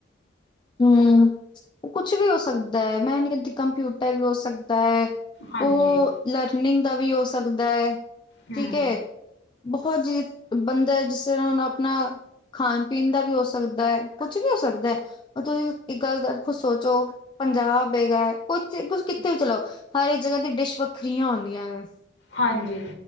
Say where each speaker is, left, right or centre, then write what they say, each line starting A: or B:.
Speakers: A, on the left; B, on the left.
A: ਹੂ ਕੁਛ ਵੀ ਹੋ ਸਕਦਾ ਹੈ, ਮੈਂ ਨੀ ਕਹਿੰਦੀ ਕੰਪਿਊਟਰ ਵੀ ਹੋ ਸਕਦਾ ਹੈ।
B: ਹਾਂਜੀ
A: ਉਹ ਲਰਨਿੰਗ ਦਾ ਵੀ ਹੋ ਸਕਦਾ ਹੈ
B: ਹਮ
A: ਠੀਕ ਹੈ। ਬਹੁਤ ਜੀ ਬੰਦਾ ਹੈ ਜਿਸ ਤਰ੍ਹਾਂ ਹੁਣ ਆਪਣਾ ਖਾਣ ਪੀਣ ਦਾ ਵੀ ਹੋ ਸਕਦਾ ਹੈ। ਕੁੱਛ ਵੀ ਹੋ ਸਕਦਾ ਐ ਤੁਸੀਂ ਇੱਕ ਗੱਲ ਦਾ ਕੁ ਸੋਚੋ ਪੰਜਾਬ ਹੈਗਾ ਕੁਛ ਕੁਛ ਕਿੱਥੇ ਵੀ ਚਲੋ! ਹਰ ਇੱਕ ਜਗ੍ਹਾ ਤੇ ਡਿਸ਼ ਵੱਖਰੀਆਂ ਹੁੰਦੀਆਂ ਨੇ।
B: ਹਾਂਜੀ।